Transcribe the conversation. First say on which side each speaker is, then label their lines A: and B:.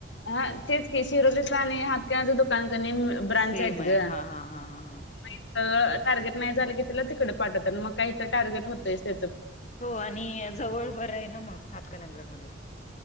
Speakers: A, on the left (about 75°); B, on the left (about 35°).
A: हा तेच की शिरोलीच आणि हातकणाच दुकान क ब्रांच
B: सेम
A: आहेत
B: आहे
A: ग
B: हा हा हा हा हा
A: मगथ टार्गेट नाही झाले की तिला तिकडे पाठवत मग काहीथं टार्गेट होतंयच ते
B: हो आणि जवळ बरं आहे ना मग हातकणंगल्यामध्ये